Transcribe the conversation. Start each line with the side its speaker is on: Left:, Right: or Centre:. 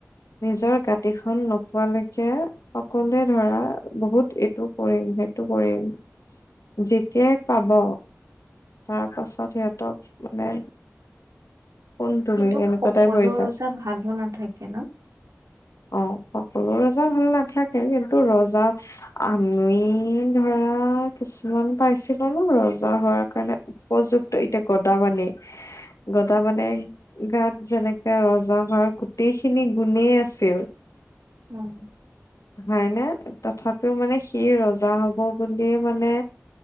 Left: নিজৰ
Right: উম
Left: গাঁদিখন নোপোৱালৈকে সকলোৱে ধৰা বহুত এইটো কৰিম সেইটো কৰিম, যেতিয়াই পাব, তাৰ পাছত সিহঁতক মানে? কোন তুমি
Right: কিন্তু
Left: এনেকুৱা
Right: সকলো
Left: টাইপ হৈ যায়
Right: ৰজা ভালো নাথাকে ন?
Left: অ', সকলো ৰজা ভাল নাথাকে কিন্তু ৰজা আমি ধৰা কিছুমান পাইছিলো ন ৰজা হোৱাৰ কাৰণে উপযুক্ত এতিয়া গদাপানী, গদাপানীৰ গাত যেনেকে ৰজা হোৱাৰ গোটেইখিনি গুণেই আছিল
Right: উম
Left: হয় নে তথাপিও মানে সি ৰজা হব বুলিয়ে মানে?